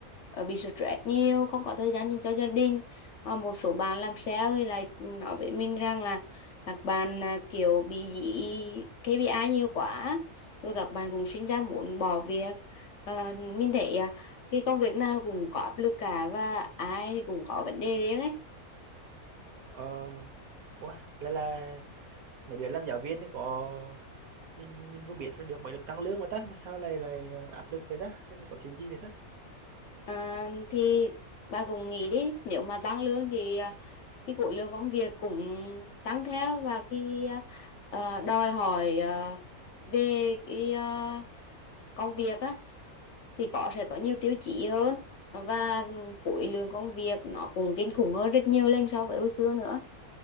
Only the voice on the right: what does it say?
ờ ủa là là mày biết làm giáo viên thì có mình mình vừa biết là được mới được tăng lương mà ta mà sao lại lại ờ, áp lực vậy ta hay là có chuyện gì vậy ta